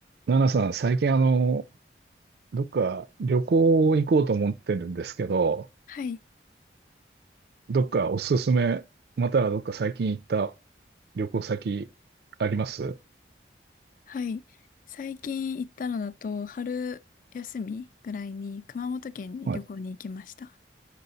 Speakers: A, on the right; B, on the left.
A: ナナさん、最近あの、どっか旅行行こうと思ってるんですけど、
B: はい、
A: どっかおすすめ、またはどっか最近行った旅行先あります
B: はい。最近行ったのだと、春休みぐらいに熊本県に旅行に行きました。
A: はい。